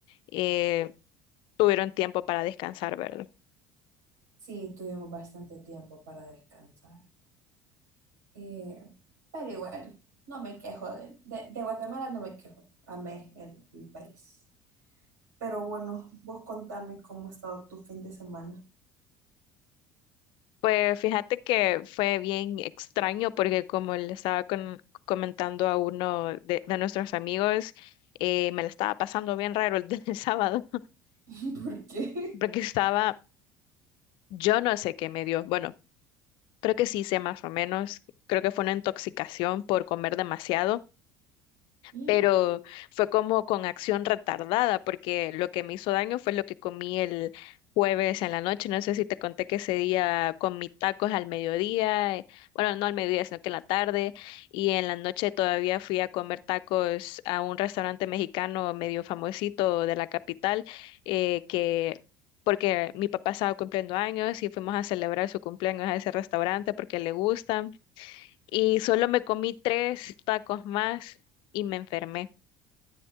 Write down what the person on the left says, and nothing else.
eh, tuvieron tiempo para descansar, ¿verdad?
Pues fíjate que fue bien extraño porque como le estaba con- comentando a uno de, de nuestros amigos, eh, me la estaba pasando bien raro el, <laughs> el sábado
porque estaba, yo no sé qué me dio, bueno, creo que sí sé más o menos, creo que fue una intoxicación por comer demasiado.
pero fue como con acción retardada, porque lo que me hizo daño fue lo que comí el jueves en la noche. No sé si te conté que ese día comí tacos al mediodía, eh, bueno, no al mediodía, sino que en la tarde, y en la noche todavía fui a comer tacos a un restaurante mexicano medio famosito de la capital, eh, que... porque mi papá estaba cumpliendo años y fuimos a celebrar su cumpleaños a ese restaurante porque le gusta. Y solo me comí tres tacos más y me enfermé.